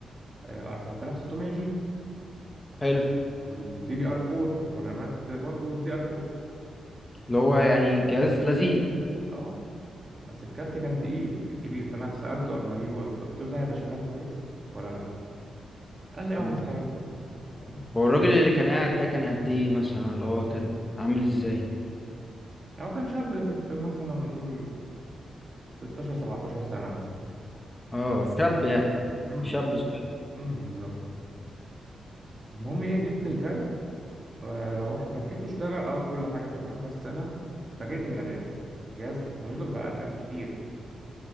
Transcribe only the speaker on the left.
حلو
اللي هو يعني جهاز لذيذ
مم.
هو الراجل اللي كان قاعد ده كان قد ايه مثلا ولا هو كان عامل ازاي
اه شاب يعني
شاب صغير